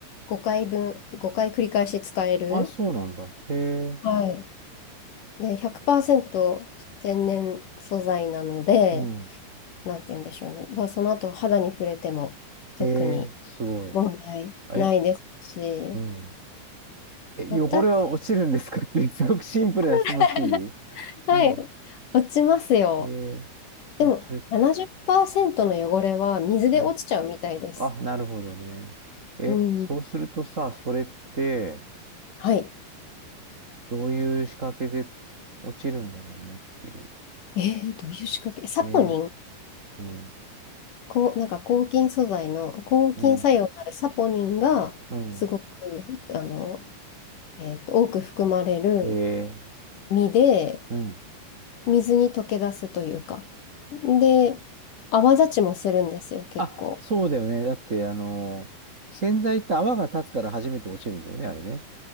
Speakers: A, on the left (about 60°); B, on the right (about 40°).
A: 5回分、5回繰り返し使える。
B: あ、そうなんだ。へえ。
A: はい。で、100%天然素材なので、
B: うん。
A: なんて言うんでしょうね。まあ、その後肌に触れても特に
B: へえ、すごい。
A: 問題ないですし、
B: え、うん。え、
A: 私、
B: 汚れは落ちるんですかって、すごくシンプルな質問していい
A: <laughs> はい、
B: うん。
A: 落ちますよ。
B: へ
A: でも70%
B: え。え、それ、
A: の汚れは水で落ちちゃうみたいです。
B: うん。あ、なるほどね。え、
A: うん。
B: そうするとさ、それって、
A: はい。
B: どういう仕掛けで落ちるんだろうねっていう。
A: えー、どういう仕掛けサポニン、
B: ね。うん。
A: こう、なんか抗菌素材の抗菌作用のあるサポニンがすごく、
B: うん。うん。
A: あの、えーと、多く含まれる
B: へえ。
A: 実で、
B: うん。
A: 水に溶け出すというか。で、泡立ちもするんですよ、結構。
B: あ、そうだよね。だって、あの、洗剤って泡が立つから初めて落ちるんだよね、あれね。